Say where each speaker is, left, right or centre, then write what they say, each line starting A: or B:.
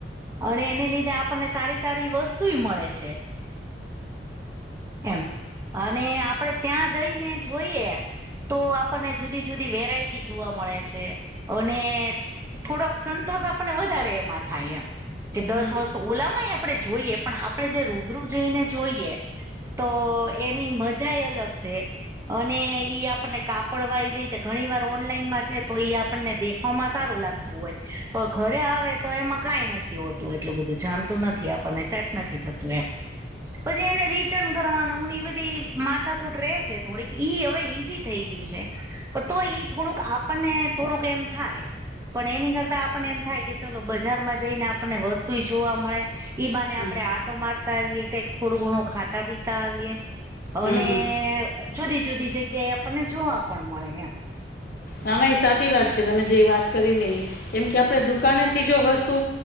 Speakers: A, on the right (about 15°); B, on the left (about 55°).
A: અને એને લીધે આપણને સારી સારી વસ્તુય મળે છે. એમ અને આપડે ત્યાં જઈને જોઈએ, તો આપણને જુદી જુદી વેરાયટી જોવા મળે છે અને થોડોક સંતોષ આપનને વધારે એમાં થાય એમ કે દસ
B: હમ
A: વસ્તુ ઓલામાંય આપણે જોઈએ પણ આપણે જે રૂબરૂ જઈને જોઈએ તો એની મજાય અલગ છે. અને ઈ આપણને કાપડ વાય જય ઘણી વાર ઓનલાઈનમાં છે તો ઈ આપ નને દેખવામાં સારું લાગતું હોય પણ ઘરે આવે તો એમાં કંઈ નથી હોતું. એટલું બધું જામતું નથી આપણને સેટ નથી થતું એમ પછી એને રી ટન કરવાનું ને એ બધી માથાકૂટ રહે છે થોડીક ઈ હવે ઈઝી થઈ ગયું છે. પન તો ઈ થોડુંક આપણને થોડુંક એમ થાય પણ એની કરતા આપણને એમ થાય કે ચલો બજારમાં જઈને આપણને વસ્તુય જોવા મળે ઈ બાને
B: હમ
A: આપડે આટો મારતા આવીએ કઈક થોડું ઘણું ખાતા પીતા આવીએ
B: હમ
A: અને
B: હમ
A: જુદી જુદી જગ્યા એ આપણને જોવા પણ મળે એમ
B: ના ના ઈ સાચી વાત છે તમે જે વાત કરી ને ઈ કેમ કે આપડે દુકાનેથી જો વસ્તુ